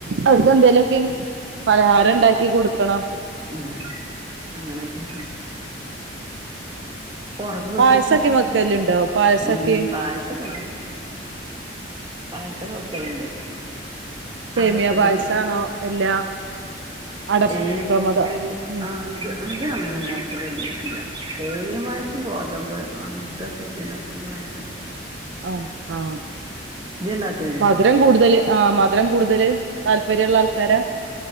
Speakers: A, on the right; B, on the right.
A: അവര്ക്ക് എന്തെലൊക്കെ പലഹാരം ഉണ്ടാക്കി കൊടുക്കണം.
B: ഉം അങ്ങനൊക്കെ ഉം ഉറങ്ങും
A: പായസൊക്കെ
B: ഉച്ചക്ക്
A: വെക്കെല്‌ണ്ടോ പായസൊക്കെ.
B: ഉം പായസൊക്കെ എപ്പേം വെക്കലണ്ട്
A: സേമിയ
B: <unintelligible>
A: പായസാണോ അല്ല അടപ്രമദം
B: ഏ അ
A: ഉം
B: അ അത് അങ്ങനെ ഉണ്ടാക്കലണ്ട് ഇല്ല സേമിയാ പായസം ഗോതമ്പ് അങ്ങനത്തെക്കെ ഇട്ട് ഇണ്ടാക്കും പായ
A: ആ ആ
B: ഇജ്ജ് ഉണ്ടാക്കലില്ലേ
A: മധുരം കൂടുതല് ആ മധുരം കൂടുതല് താല്പര്യള്ള ആൾക്കാരാ.